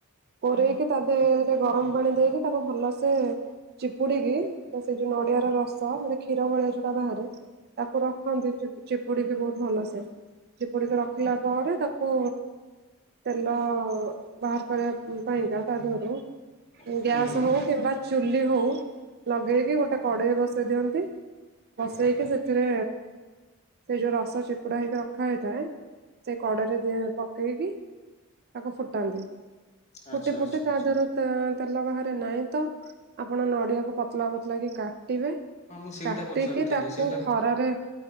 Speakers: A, on the right; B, on the left.
A: କୋରେଇକି ତା ଦେହରେ ଗରମ ପାଣି ଦେଇକି ତାକୁ ଭଲସେ ଚିପୁଡ଼ିକି ସେଇ ଯୋଉଁ ନଡ଼ିଆ ରସ ମାନେ କ୍ଷୀର ଭଳିଆ ଯୋଉଟା ବାହାରେ ତାକୁ ରଖନ୍ତି ଚିପୁଡ଼ି କି ବହୁତ ଭଲ ସେ ଚିପୁଡ଼ି କି ରଖିଲା ପରେ ତାକୁ ତେଲ ବାହାର କରିବା ପାଇଁ କା ତା ଦେହରୁ
B: ହୁଁ-ହୁଁ-ହୁଁ-ହୁଁ-ହୁଁ-ହୁଁ
A: ଗ୍ୟାସ ହଉ କିମ୍ବା ଚୁଲି ହଉ ଲଗେଇକି ଗୋଟେ କଢ଼େଇ ବସେଇ ଦିଅନ୍ତି ବସେଇକି ସେଥିରେ ସେଥିରେ ସେଇ ଯୋଉଁ ରସ ଚିପୁଡ଼ା ହେଇକି ରଖା ହେଇଥାଏ ସେ କଢ଼େଇରେ ପକେଇକି ତାକୁ ଫୁଟାନ୍ତି।
B: ଆଚ୍ଛା-ଆଚ୍ଛା-ଆଚ୍ଛା।
A: ଫୁଟି ଫୁଟି ତା ଦେହରୁ ତେଲ ବାହାରେ ନାଇଁ ତ ଆପଣ ନଡ଼ିଆକୁ ପତଲା ପତଲା କି କାଟିବେ କାଟିବେ
B: ହଁ ମୁଁ ସେଇଟା
A: କାଟିକି
B: ପଚାରୁଥିଲି
A: ତାକୁ
B: ସେଇଟାକୁ
A: ଖରାରେ